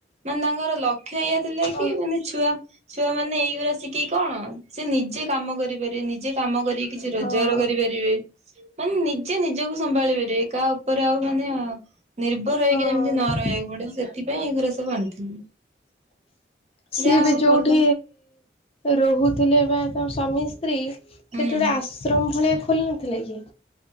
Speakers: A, on the right (about 35°); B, on the left (about 30°).
A: ମାନେ ତାଙ୍କର ଲକ୍ଷ୍ୟ ଇଆ ଥିଲା
B: ହଁ।
A: କି ମାନେ ଛୁଆ ଛୁଆ ମାନେ ଏଇଗରା ଶିଖେଇ କଣ ସେ ନିଜେ କାମ କରିପାରିବ ନିଜେ କାମ କରି କିଛି ରୋଜଗାର
B: ହଁ
A: କରିପାରିବେ ମାନେ ନିଜେ ନିଜକୁ ସମ୍ଭାଳି ପାରିବେ କାହା ଉପରେ ଆଉ ମାନେ ନିର୍ଭର
B: ହଁ
A: ହେଇକି ଯେମିତି ନ ରହିବାକୁ ପଡିବ ସେଥିପାଇଁ ଏ ଗୁରା ସବୁ ଆଣିଥିଲି।
B: <inaudible> ସିଏ
A: ଯାହା
B: ବି
A: ହଉ
B: ଯୋଉଠି
A: ଭଲ।
B: ରହୁଥିଲେ ବା ତା ସ୍ୱାମୀ ସ୍ତ୍ରୀ
A: ହୁଁ
B: ସେଇଠି ଗୋଟେ ଆଶ୍ରମ ଭଳିଆ ଖୋଲି ନଥିଲା କି?